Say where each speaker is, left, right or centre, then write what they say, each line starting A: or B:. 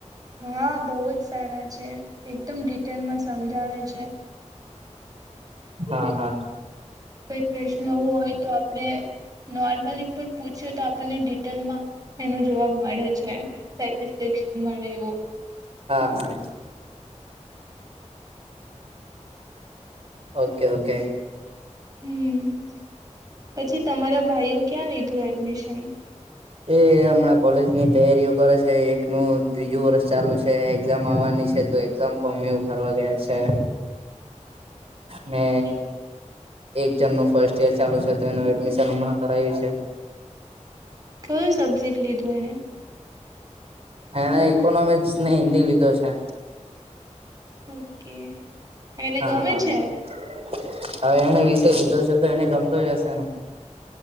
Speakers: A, on the right; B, on the right.
A: હા બહુ જ સારા છે એકદમ ડિટેલમાં સમજાવે છે
B: હા હા.
A: કઈ પ્રશ્ન એવો હોય તો આપણે નોર્મલી પણ પૂછ્યું તો આપણને ડિટેલમાં એનો જવાબ મળે છે સેટિસફેક્શન મળે એવ.
B: હા હા ઓકે ઓકે.
A: હમ પછી તમારા ભાઈઓ ક્યાં લીધું એડમિશન?
B: એ હમણાં કોલેજ ની તૈયારીઓ કરે છે એકનું ત્રીજું વરષ ચાલુ છે એક્ઝામ આવવાની છે. તો એક્ઝામ ફોર્મ એ ઉ ભરવા ગયા છે. ને
A: ઓકે.
B: એક જનનું ફર્સ્ટ ઈયર ચાલુ છે તો એનું એડમિશન હમણાં કરાયું છે
A: કોઈ સબજેક્ટ લે તું એને
B: એણે ઈકોનોમિક્સ ને હિન્દી લીધો છે
A: ઓકે એને
B: હા
A: ગમે
B: હા
A: છે
B: હવે એને વિશે લીધો છે તો એને ગમતો હશે ને